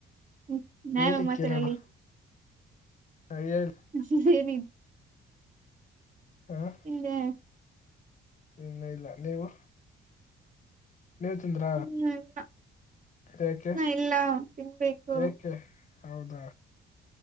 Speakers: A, on the right; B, on the left.
A: ಹ್ಮ ನ್ಯಾಯವಾಗ
B: ಹೇಳಲಿ
A: ಮಾತಾಡಲ್ಲಿ
B: ಕೇಳೋಣ ಹಾ ಹೇಳಿ.
A: <inaudible>
B: ಹಾ
A: ಇಲ್ಲ <unintelligible>
B: ಇನ್ನ ಇಲ್ಲ ನೀವು ನೀವ್ ತಿಂದ್ರ
A: ಇನ್ನ
B: ಯಾಕೆ?
A: ಇಲ್ಲ ತಿನ್ಬೇಕು
B: ಯಾಕೆ? ಹೌದ